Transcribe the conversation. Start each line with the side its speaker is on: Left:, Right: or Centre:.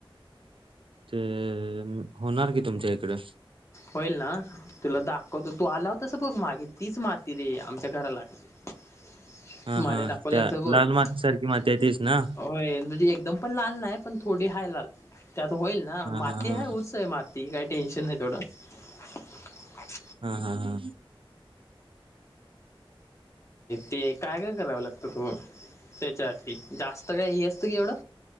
Right: ते होणार की तुमच्या इकड
Left: होईल ना तुला दा कत तू आला तस बघ मागे तीच माती रे आमच्या घरा लागते
Right: हा
Left: माळे
Right: हा
Left: ाकले
Right: त्या
Left: ठब हो
Right: लाल माती सारखी माती आहे तीच ना?
Left: एक एकदम पण लाल नाही पण थोडी हा लाल त्यात होईल ना
Right: हा
Left: माती
Right: हा हा
Left: ह उच आहे माती काय टेन्शन नाही थोडं मतछढ
Right: हा हा हा
Left: ते काय काय करावं लागतं तू त्याच्या जास्त काय हे असत की एवढं